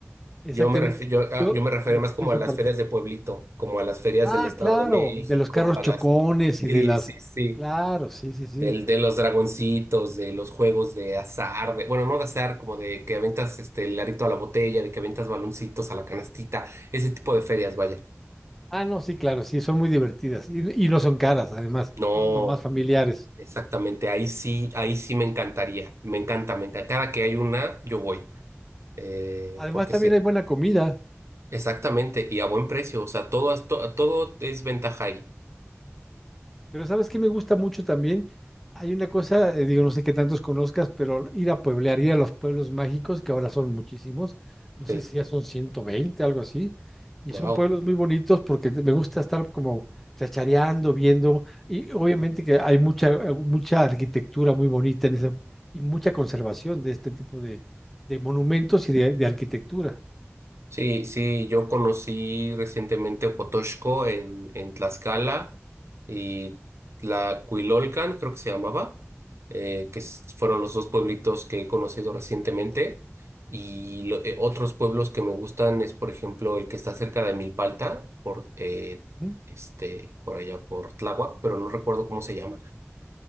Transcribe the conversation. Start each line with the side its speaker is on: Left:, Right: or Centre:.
Centre: Exactamente,
Right: Yo me refi-
Centre: se
Right: yo,
Centre: le quitó,
Right: ah, yo me refiero
Centre: se le
Right: más
Centre: quitó
Right: como
Centre: esa
Right: a las
Centre: parte.
Right: ferias de pueblito, como a las ferias
Centre: Ah,
Right: del Estado
Centre: claro,
Right: de México,
Centre: de los carros
Right: a
Centre: chocones
Right: las
Centre: y
Right: sí,
Centre: de las...
Right: sí, sí,
Centre: Claro, sí, sí, sí.
Right: del de los dragoncitos, de los juegos de azar, de, bueno, no de azar, como de que aventas este el arito a la botella, de que aventas baloncitos a la canastita, ese tipo de ferias, vaya.
Centre: Ah, no, sí, claro, sí, son muy divertidas y, y no son caras, además,
Right: No.
Centre: son como más familiares.
Right: Exactamente, ahí sí, ahí sí me encantaría, me encanta, me encanta. Cada que hay una, yo voy, eh,
Centre: Además,
Right: porque
Centre: también
Right: sí,
Centre: hay buena comida.
Right: exactamente, y a buen precio, o sea, todo, es- to- todo es ventaja ahí,
Centre: Pero ¿sabes qué me gusta mucho también? Hay una cosa, eh, digo, no sé qué tantos conozcas, pero ir a pueblear, ir a los pueblos mágicos, que ahora son muchísimos, no sé
Right: sí,
Centre: si ya son 120, algo así, y
Right: wow.
Centre: son pueblos muy bonitos porque te- me gusta estar como chachareando, viendo, y obviamente que hay mucha, eh, mucha arquitectura muy bonita en esa, y mucha conservación de este tipo de, de monumentos y de, de arquitectura.
Right: Sí, sí, yo conocí recientemente Ocotoxco en, en Tlaxcala y Tlacuilolcan, creo que se llamaba, eh, que s- fueron los dos pueblitos que he conocido recientemente. Y lo- eh, otros pueblos que me gustan es, por ejemplo, el que está cerca de Milpalta, por, eh,
Centre: Ujú,
Right: este, por allá por Tláhuac, pero no recuerdo cómo se llama